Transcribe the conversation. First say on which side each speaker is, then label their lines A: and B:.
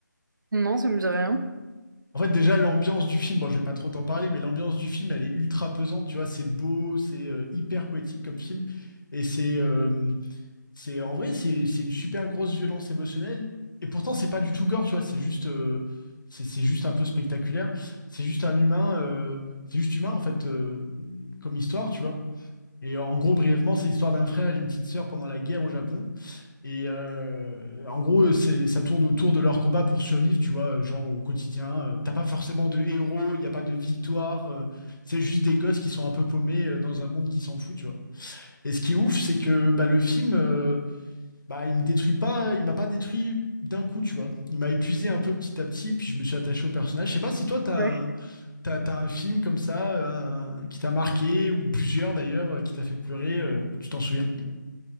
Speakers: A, on the right (about 75°); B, on the left (about 80°).
A: Non, ça me dit rien.
B: En fait, déjà, l'ambiance du film, bon, je vais pas trop t'en parler, mais l'ambiance du film, elle est ultra pesante, tu vois, c'est beau, c'est euh, hyper poétique comme film, et c'est... euh, c'est, en vrai, c'est c'est une super grosse violence émotionnelle. Et pourtant, c'est pas du tout gore, tu vois. C'est juste, euh, c'est c'est juste un peu spectaculaire. C'est juste un humain, euh, c'est juste humain en fait, euh, comme histoire, tu vois. Et en gros, brièvement, c'est l'histoire d'un frère et d'une petite sœur pendant la guerre au Japon. Et euh, en gros, c'est, ça tourne autour de leur combat pour survivre, tu vois, genre au quotidien. Euh, T'as pas forcément de héros, il n'y a pas de victoire. euh, c'est juste des gosses qui sont un peu paumés euh, dans un monde qui s'en fout, tu vois. Et ce qui est ouf, c'est que bah, le film, euh, bah, il me détruit pas, il m'a pas détruit d'un coup, tu vois. Il m'a épuisé un peu petit à petit, puis je me suis attaché au personnage. Je sais pas si toi, t'as
A: Ouais.
B: un, t'as, t'as un film comme ça euh, un- qui t'a marqué, ou plusieurs d'ailleurs, euh, qui t'a fait pleurer, euh, tu t'en souviens?